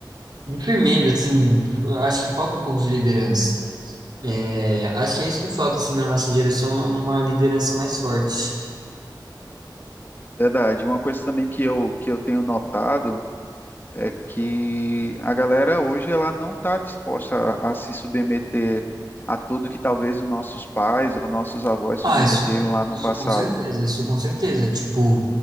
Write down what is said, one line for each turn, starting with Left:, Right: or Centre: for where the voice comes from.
Right: de firmeza, assim, eu acho que falta um pouco de liderança. É, acho que é isso que falta, assim, na nossa direção, é uma liderança mais forte.
Left: Verdade. Uma coisa também que eu, que eu tenho notado é que a galera hoje ela não está disposta a, a se submeter a tudo que talvez os nossos pais ou nossos avós submeteram
Right: Ah, isso,
Left: lá no
Right: isso
Left: passado.
Right: com certeza, isso com certeza. Tipo,